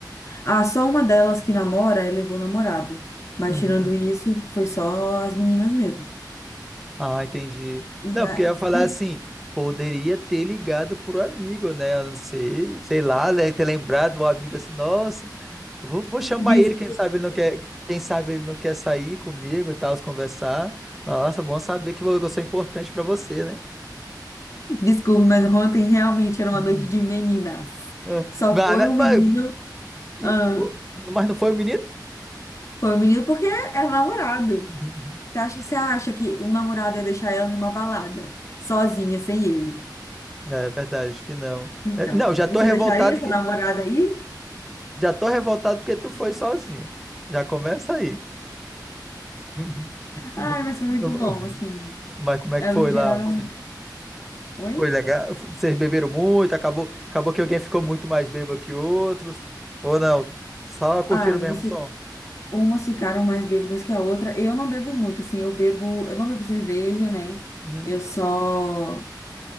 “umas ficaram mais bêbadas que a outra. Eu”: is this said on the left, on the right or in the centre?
Left